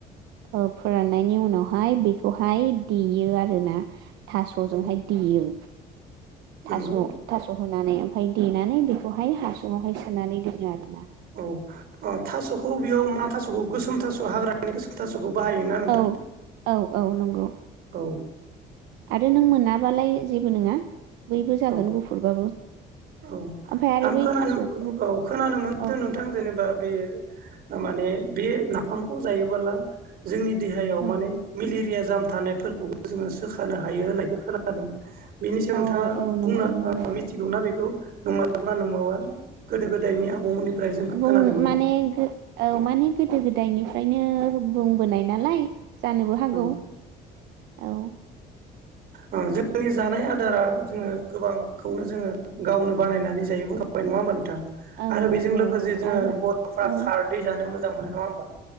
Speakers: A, on the right; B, on the right.
A: ओ फोराननायनि उनावहाय बेखौहाय देयो आरो ना थास'जोंहाय
B: औ
A: देयो। थास'
B: नंगौ
A: थास' होननानै ओमाय दे नानै बेखौहाय हासुंङा हाय सोनानै दोनो आरो
B: औ ओ थास'खौ बेयाव मा थास'खौ गोसोम थास' हाग्रानि गोसोम थास'खौ बाहायोना नोंथां?
A: औ औ औ नंगौ।
B: औ।
A: आरो नों मोनाबालाय जेबो नङा। बैबो जागोन
B: औ
A: गुफुरबाबो
B: औ
A: ओमफ्राय आरो
B: आं
A: बै
B: खोनानो
A: थास'खौबो
B: औ खोनानो मोनदों
A: औ
B: नोंथां जेनेबा बे माने बे नाफामखौ जायोबोला जोंनि देहायाव
A: औ
B: माने मेलेरिया जाम थानायफोरखौबो जोङो सोखानो हा हायो होननायखौ खोनादों बेनि सायाव नोंथाङा
A: औ औ नंगौ नंगौ
B: ओ मिथिगौना बेखौ नङाबाब्ला नोंङाबा गोदो गोदायनि आबौमोननिफ्राय जों खोनानो
A: बुं
B: मोनदो।
A: माने औ माने गोदो गोदायनिफ्रायनो बुंबोनाय नालाय। जानोबो हागौ
B: औ
A: औ।
B: ओ जोंनि जानाय आदारा जोङो गोबांखौनो जोङो गावनो बानायनानै जायो बुंखाबाय नङा होमबा नोंथां।
A: औ
B: आरो बेजों
A: नंगौ
B: लोगोसे
A: औ
B: जोङो
A: आरो
B: बर'फ्रा
A: औ
B: खारदै जानो मोजां मोजां मोनो नङा ओमबा?